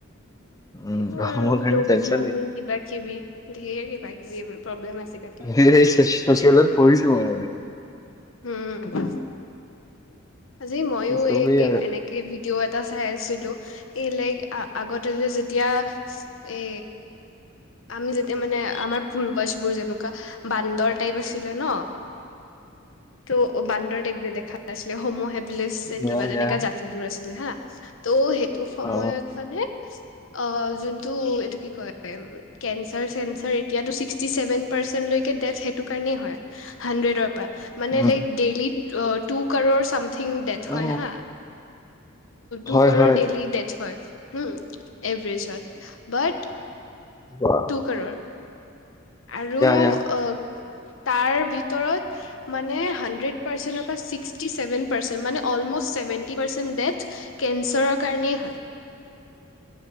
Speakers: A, on the left; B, on the left.
A: উম
B: এইবোৰ
A: গৰমৰ
B: আৰু
A: কাৰণে
B: গ্ল'বেল
A: টেনচন
B: ৱাৰ্মিং কিবা কিবি ধেৰ কিবা কিবি এইবোৰ প্ৰব্লেম আছে তাতে।
A: সেই‌ চচি চছিয়েলত পঢ়িছোঁ মই মানে।
B: উম। আজি মইও
A: কি কবি
B: এই
A: আৰু
B: এনেক ভিডিঅ' এটা চাই আছিলোঁ, এই লাইক আগতে যে যেতিয়া এ আমি যেতিয়া মানে আমাৰ পূৰ্বস বোৰ যেনেকুৱা বান্দৰ টাইপ আছিলে ন?
A: <inaudible>
B: ত' বান্দৰ টাইপ দেখা আছিলে, হোমো হেবেলিচ এন
A: ইয়া
B: কিবা তেনেকা
A: ইয়া
B: জাতিবোৰ আছিলে হা। ত' সেইটো সময়ত
A: অ
B: মানে অ, যোনটো এইটো কি কয়? কেন চাৰ চেন তাৰ এতিয়ো ছিকটিচেভেন পাৰ্চেন্ট লকে ডেথ্ সেইটো কাৰণেই হয়। হাড্ৰেডৰ পৰা। মানে
A: উম
B: লাইক ডেইলি টু কাৰৰ চাম কিং ডেত হয়
A: অ
B: হা,
A: হয়
B: টু কাৰৰ
A: হয়
B: ডেইলি টেছ হয়। হম? এভৰেছত, বাট
A: বা।
B: ক'ৰৰ। আৰু
A: য়া
B: অ, তাৰ ভিতৰত মানে হাণ্ড্ৰেড পাৰ্চেণ্টৰ পৰা চিষ্টি ছেভেন পাৰ্চণ্ট মানে অলমষ্ট ছেভেনটি পাৰ্চেণ্ট ডেথ্ কেঞ্চাৰৰ কাৰণেই হয়।